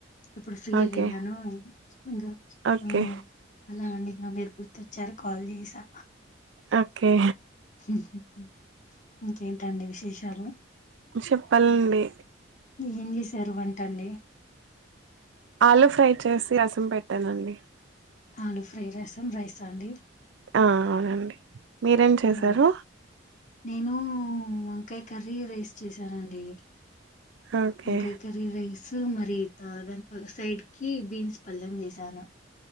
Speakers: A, on the left; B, on the right.
A: ఇప్పుడు ఫ్రీ
B: ఓకే
A: అయ్యాను ఇంకా
B: ఓకే
A: ఉమ్ అలా అండి ను మీరు గుర్తొచ్చారు కాల్ చేసా
B: ఓకే
A: ఊహ్మ్ ఇంకేంటండి విశేషాలు
B: ను చెప్పాలండి
A: ఏం చేశారు వంటండి
B: ఆలు ఫ్రై చేసి రసం పెట్టానండి
A: ఆలు ఫ్రై రసం రైసా అండి
B: ఆ అవునండి మీరేం చేశారు
A: ఆ నేను వంకాయ కర్రీ రైస్ చేసానండి
B: ఓకే
A: వంకాయ కర్రి రైస్ మరిత దాని సైడ్ కి బీన్స్ పలెం చేసాను